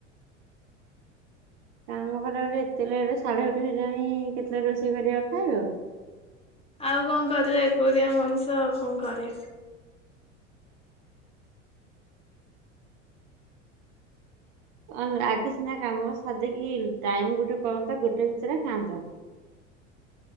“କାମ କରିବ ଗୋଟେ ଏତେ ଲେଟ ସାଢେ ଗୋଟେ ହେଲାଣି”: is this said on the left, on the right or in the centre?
Right